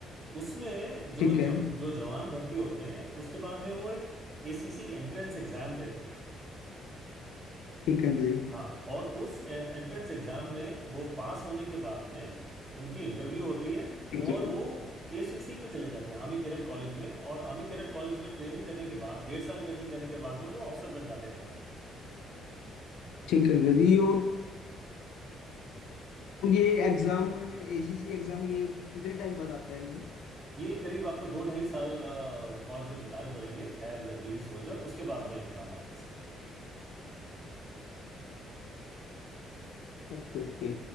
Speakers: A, on the right; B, on the left.
A: उसमें जो
B: ठीक
A: जो,
B: है
A: जो जवान भर्ती होते हैं उसके बाद में वो एक एसीसी एंट्रेंस एग्जाम देते हैं
B: ठीक है अंकल जी
A: हाँ और उस एंट्रेंस एग्जाम में वो पास होने के बाद में उनकी इंटरव्यू होती है
B: ठीक
A: और
B: है
A: वो एसीसी में चले जाते हैं आर्मी कैडेट कॉलेज में और आर्मी कैडेट कॉलेज में ट्रेनिंग करने के बाद डेढ़ साल ट्रेनिंग करने के बाद में वो अफसर बन जाते हैं फौज में
B: ठीक है अंकल जी ये और ये एग्जाम एसीसी एग्जाम ये कितने टाइम बाद आता है अंकल जी
A: ये करीब आपको दो ढाई साल अ, फौज में बिताने पड़ेंगे एज अ जीडी सोल्जर उसके बाद में एग्जाम आप दे सकते हैं
B: Okay okay